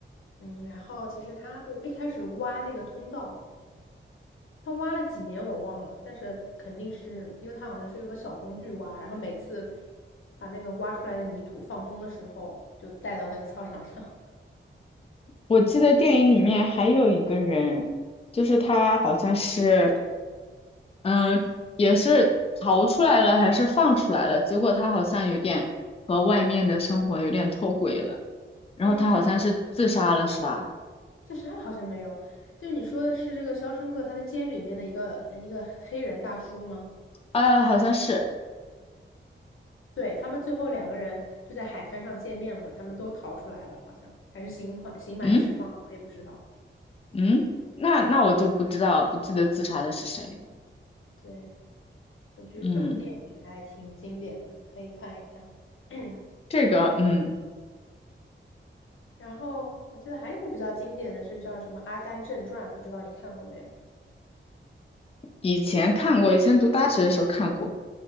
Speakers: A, on the left (about 80°); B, on the left (about 30°).
A: 嗯，然后其实他我一开始挖那个通道。他挖了几年我忘了，但是肯定是因为他好像是用个小工具挖，然后每次把那个挖出来的泥土放风的时候，就带到那个操场上。
B: 我记得电影里面还有一个人，就是他好像是，嗯，也是逃出来了还是放出来了，结果他好像有点和外面的生活有点脱轨了，然后他好像是自杀了是吧？
A: <laughs> 嗯，自杀了好像没有，就是你说的是这个《肖申克》他在监狱里面的一个一个黑人大叔吗？
B: 啊，好像是，
A: 对，他们最后两个人就在海滩上见面了，他们都逃出来了，好像还是刑判刑满释放了我也不知道。
B: 嗯嗯，那那我就不知道不记得自杀的是谁了，
A: 对，我觉得这部电影还挺经典的，
B: 嗯，
A: 可以看一看。<coughs> <clears throat>
B: 这个嗯
A: 然后我记得还有一部比较经典的是叫什么《阿甘正传》，不知道你看过没有？
B: 以前看过，以前读大学的时候看过，